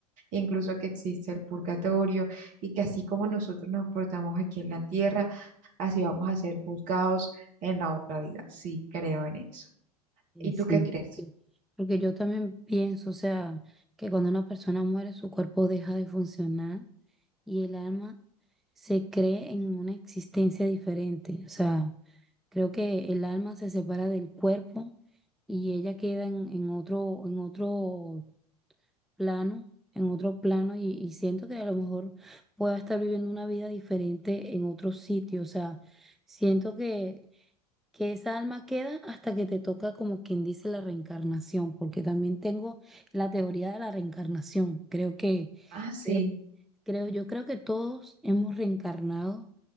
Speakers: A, on the right; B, in the centre.
A: incluso que existe el purgatorio y que así como nosotros nos portamos aquí en la tierra, así vamos a ser juzgados en la otra vida. Sí, creo en eso.
B: Sí,
A: ¿Y tú
B: sí,
A: qué crees?
B: porque, porque yo también pienso, o sea, que cuando una persona muere, su cuerpo deja de funcionar y el alma se cree en una existencia diferente. O sea, creo que el alma se separa del cuerpo y ella queda en, en otro, en otro plano, en otro plano y, y siento que a lo mejor pueda estar viviendo una vida diferente en otro sitio. O sea, siento que, que esa alma queda hasta que te toca como quien dice la reencarnación, porque también tengo la teoría de la reencarnación. Creo que,
A: Ah, sí,
B: creo, creo, yo creo que todos hemos reencarnado